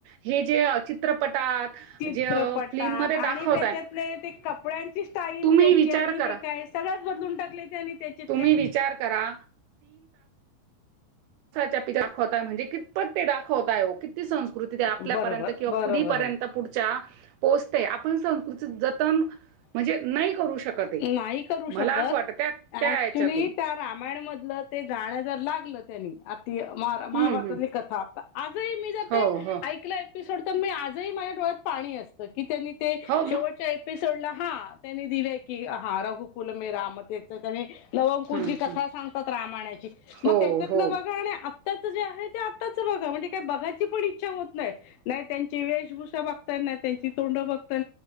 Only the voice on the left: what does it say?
चित्रपटात
आणि
त्याच्यातले ते कपड्यांची स्टाईल
त्यांची
आणि
हे काय सगळ बदलून टाकले ते आणि त्याच्यातले.
बरोबर
बरोबर
<inaudible>
नाही करू शकत!
ऍक्च्युली
त्या रामायणमधलं ते गाणं जर लागलं त्यांनी, आती महाभारतातली
कथा आता आज ही मी जर
ते
ऐकलं एपिसोड तर मी आज माझ्या डोळ्यात पाणी असतं. कि त्यांनी ते
शेवटच्या एपिसोडला हा त्यांनी दिलय की की हा रघुकुल मे राम त्याचत आणि लव अकूश
जी कथा
सांगतात रामाणाची मग
त्याच्यातलं
बघा आणि आत्ताच जे आहे ते आ ताच बघा म्हणजे काय बघाची पण इ च्छा होत नाही नाही त्यांची वेशभूषा बघत नाही त्यांची तोंड बघता